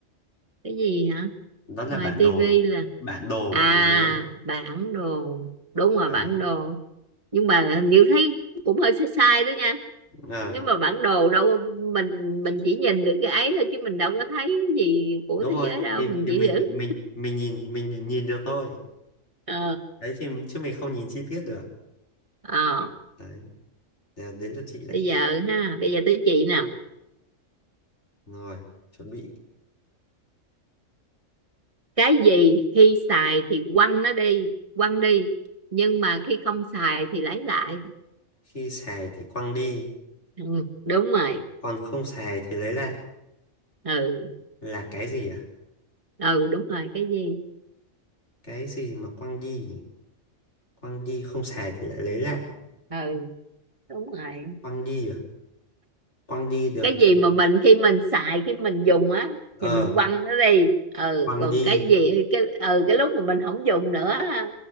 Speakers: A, on the right; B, on the left.
A: cái gì hả
B: đó là
A: ngoài
B: bản
A: tivi
B: đồ
A: là
B: bản đồ
A: à
B: của thế giới
A: bản đồ đúng rồi
B: đấy
A: bản đồ nhưng mà hình như thấy cũng hơi sai sai đó nha
B: ờ,
A: nếu mà bản đồ đâu có- mình mình chỉ nhìn được cái ấy thôi chứ mình đâu có thấy cái gì của
B: đúng
A: thế
B: rồi
A: giới đâu
B: thì
A: mình
B: thì
A: chỉ
B: mình
A: giữ
B: mình mình nhìn mình nhìn được thôi
A: ờ
B: đấy thì chứ mình không nhìn chi tiết được
A: ờ
B: đấy đấy đến lượt chị đấy
A: bây giờ ha bây giờ tới chị nè
B: rồi chuẩn bị
A: cái gì khi xài thì quăng nó đi quăng đi nhưng mà khi không xài thì lấy lại
B: khi xài thì quăng đi
A: ừ, đúng rồi
B: còn không xài thì lấy lại
A: ừ
B: là cái gì à
A: ừ đúng rồi cái gì
B: cái gì mà quăng đi nhỉ quăng đi không xài thì lại lấy lại
A: ừ đúng rồi
B: quăng đi à quăng đi được
A: cái
B: cái
A: gì mà mình khi mình xài khi mình dùng á
B: ờ
A: thì mình quăng nó đi ừ
B: quăng
A: còn
B: đi
A: cái gì cái ừ cái lúc mà mình không dùng nữa á,